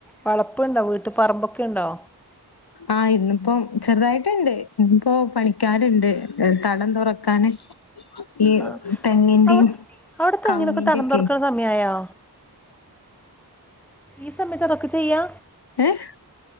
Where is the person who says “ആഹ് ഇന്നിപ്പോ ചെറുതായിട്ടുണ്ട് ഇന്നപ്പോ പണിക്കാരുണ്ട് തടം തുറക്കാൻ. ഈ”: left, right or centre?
Left